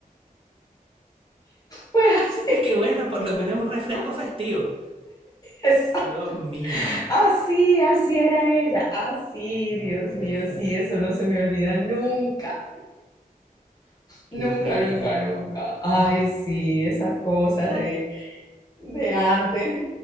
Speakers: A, on the left (about 25°); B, on the right (about 35°).
A: Pues
B: <laughs> Es que bueno, por lo menos un refresco
A: <laughs> así.
B: festivo.
A: Eso.
B: Dios mío,
A: Así, así era ella. Así,
B: no
A: Dios
B: puede
A: mío,
B: ser.
A: sí, eso no se me olvida nunca,
B: Qué
A: nunca,
B: risa.
A: nunca, nunca. Ay, sí, esas cosas
B: Eh,
A: de, de antes.